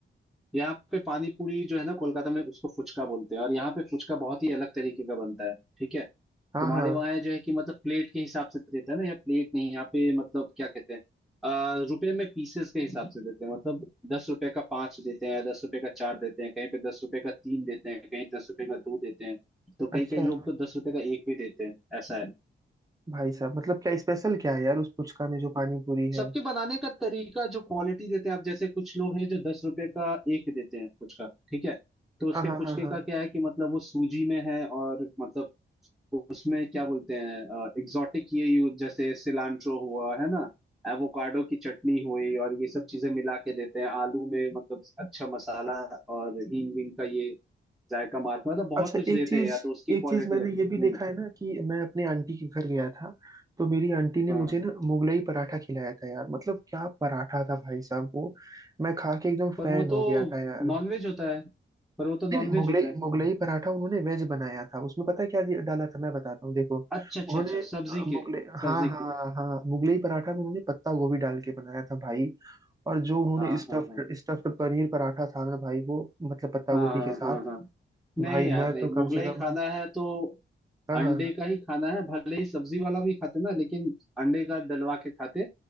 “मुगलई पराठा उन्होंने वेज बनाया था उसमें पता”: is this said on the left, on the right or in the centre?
Right